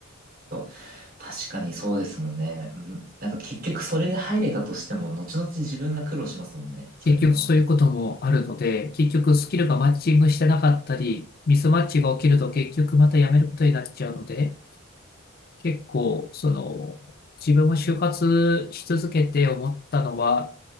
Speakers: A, on the right; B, on the left.
A: そう確かにそうですもんね。うん、なんか結局それで入れたとしても、後々自分が苦労しますもんね。そういうのは。
B: 結局そういうこともあるので、結局スキルがマッチングしてなかったり、ミスマッチが起きると結局また辞めることになっちゃうので、結構、その、自分も就活し続けて思ったのは、